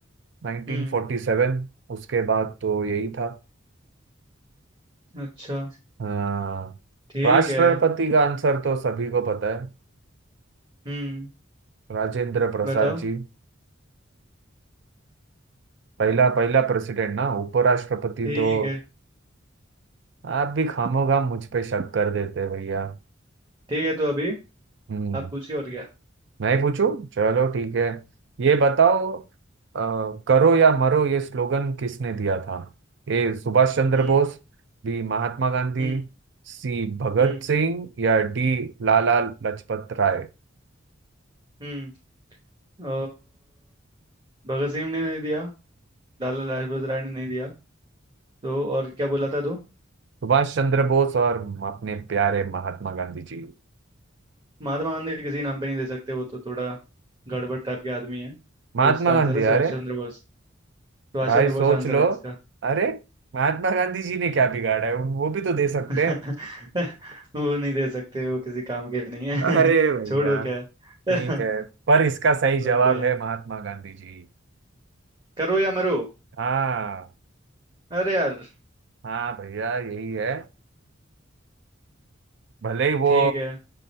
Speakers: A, on the right; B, on the right.
A: 1947
B: हम्म
A: उसके बाद तो यही था
B: अच्छा
A: अ,
B: ठीक
A: राष्ट्रपति
B: है
A: का आंसर तो सभी को पता है
B: हम्म
A: राजेंद्र प्रसाद
B: बताओ
A: जी पहला पहला प्रेसिडेंट ना उपराष्ट्रपति
B: ठीक
A: तो
B: है
A: आप भी खामोखाम मुझ पे शक कर देते हैं भैया
B: ठीक है तो अभी
A: हम्म
B: आप पूछिए और क्या
A: मैं ही पूछूं चलो ठीक है ये बताओ अ, करो या मरो ये स्लोगन किसने दिया था A Subhash Chandra
B: हम्म
A: Bose B Mahatma Gandhi
B: हम्म
A: C Bhagat
B: हम्म
A: Singh या डी लाला लजपत राय
B: हम्म अ, भगत सिंह ने नहीं दिया लाला लाजपत राय ने नहीं दिया तो और क्या बोला था दो
A: सुभाष चंद्र बोस और अपने प्यारे महात्मा गांधी जी
B: महात्मा गांधी किसी नाम पे नहीं दे सकते वो तो थोड़ा गड़बड़ टाइप के आदमी है
A: महात्मा
B: तो इसका
A: गांधी
B: आंसर है सुभाष
A: अरे
B: चंद्र बोस सुभाष
A: भाई
B: चंद्र
A: सोच
B: बोस आंसर
A: लो
B: है इसका
A: अरे महात्मा गांधी जी ने क्या बिगाड़ा है वो भी तो दे सकते
B: <laughs>
A: हैं
B: वो नहीं दे सकते वो किसी काम के नहीं है
A: अरे
B: <laughs>
A: भैया
B: छोड़ो क्या <laughs>
A: ठीक है पर इसका सही जवाब
B: ओके
A: है महात्मा गांधी जी
B: करो या मरो
A: हाँ
B: अरे यार
A: हाँ भैया यही है भले ही वो
B: ठीक है